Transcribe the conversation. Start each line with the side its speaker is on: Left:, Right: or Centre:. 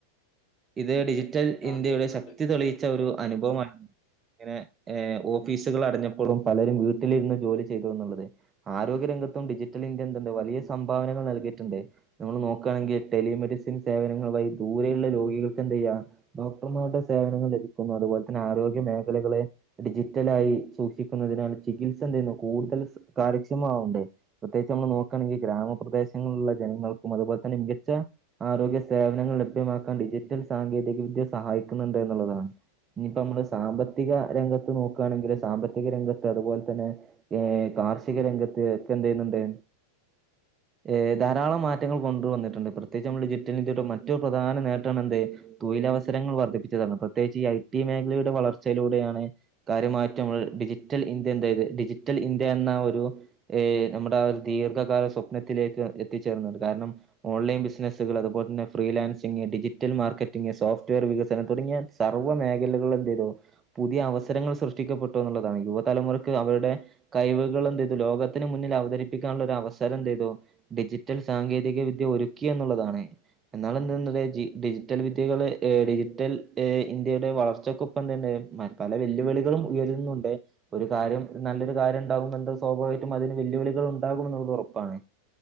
Right: ഇത് ഡിജി റ്റൽ
Left: ആഹ്
Right: ഇന്ത്യയുടെ
Left: കേക്കുന്നുണ്ട്.
Right: ശക്തി തെളീച്ച ഒരു അനുഭവമ
Left: <inaudible>
Right: ഇങ്ങനെ ഏ ഓഫീസുകള് അടഞ്ഞപ്പളും പലരും വീട്ടിലിര്ന്ന് ജോലി ചെയ്തൂന്ന്ള്ളത് ആരോഗ്യരംഗ ത്തും ഡിജിറ്റൽ ഇന്ത്യ എന്ത്ണ്ട് വലിയ സംഭാവനകൾ നൽകിട്ട്ണ്ട്. നമ്മള് നോക്കാണെങ്കി ടെലിമെഡിസിൻ സേവനങ്ങൾ വയി ദൂരെയുള്ള രോഗികൾക്ക് എന്തേയ്യാ ഡോക്ടർമാരുടെ സേവനങ്ങൾ ലഭിക്കുന്നു. അത് അതുപോലെ തന്നെ ആരോഗ്യ മേഖലകളെ ഡിജിറ്റലായി സൂക്ഷിക്കുന്നതിനാൽ ചികിത്സന്ത് ചെയ്യുന്നു കൂടുതൽ കാര്യക്ഷമ മാവണ്ടേ? പ്രത്യേകിച്ച് നമ്മള് നോക്കാണെങ്കി ഗ്രാമപ്രദേശങ്ങളില്ള്ള ജനങ്ങൾക്കും അതുപോലെ തന്നെ മികച്ച ആരോഗ്യ സേവനങ്ങൾ ലഭ്യമാക്കാൻ ഡിജിറ്റൽ സാങ്കേതിക വിദ്യ സഹായിക്ക്ന്ന്ണ്ട് ന്ന്ള്ളതാണ്. ഞ്ഞിപ്പമ്മള് സാമ്പത്തിക രംഗത്ത് നോക്കാണെങ്കില് സാമ്പത്തിക രംഗത്ത് അതുപോലെ തന്നെ ഏ കാ കാർഷിക രംഗത്ത് ഒക്കെന്തെയ്യ്ണ് ണ്ട്
Left: <inaudible>
Right: ഏ ധാരാളം മാറ്റങ്ങൾ കൊണ്ട് വന്നിട്ട്ണ്ട്. പ്രത് പ്രത്യേകിച്ച് നമ്മളെ ഡിജിറ്റൽ ഇന്ത്യയുടെ മറ്റു പ്രധാന നേട്ടാണ് എന്ത് തൊയിലവസരങ്ങൾ വർദ്ധപ്പിച്ചതാണ് പ്രത്യേകിച്ച് ഈ ഐ ടി മേഖലയുടെ വളർച്ചയിലൂടെയാണ് കാര്യമായിറ്റ് ഞമ്മള് ഡിജിറ്റൽ ഇന്ത്യ എന്തായത് ഡിജിറ്റൽ ഇന്ത്യ എന്ന ഒ രു ഏ നമ്മുടെ ആ ഒരു ദീർഘകാല സ്വപ്നത്തിലേക്ക് എത്തിച്ചേർന്നത് കാരണം ഓൺലൈൻ ബിസി സ്നസ്സ്കള് അത്പോലതന്നെ freelancing, digital marketing software വികസനം തുടങ്ങി സർവ്വ മേഖല കളിലും എന്തേയ്തു പുതിയ അവസരങ്ങൾ സൃഷ്ടിക്കപ്പെട്ടുന്ന്ള്ളതാണ്. യുവതലമുറക്ക് അവരുടെ കയിവുകള് ഇത് ലോകത്തിന് മുന്നിൽ അവതരിപ്പിക്കാനുള്ള ഒരു അവസരന്തേയ്തു ഡിജിറ്റൽ സാങ്കേതിക വിദ്യ ഒരു ക്കി എന്നുള്ളതാണ് എന്നാല എന്താ ഡിജിറ്റൽ വിദ്യകള് ഡിജിറ്റൽ ഏ ഇന്ത്യയുടെ വളർച്ചക്കൊപ്പം തന്നെ പല വെല്ലുവിളികളും ഉയരുന്നുണ്ട് ഒരു കാര്യം നല്ലൊരു കാര്യണ്ടാകുമ്പോ എന്താ സ്വാഭാവികമായിട്ടും അതിന് വെല്ലുവിളികൾ ഉണ്ടാകുന്നുള്ളത് ഉറപ്പാണ്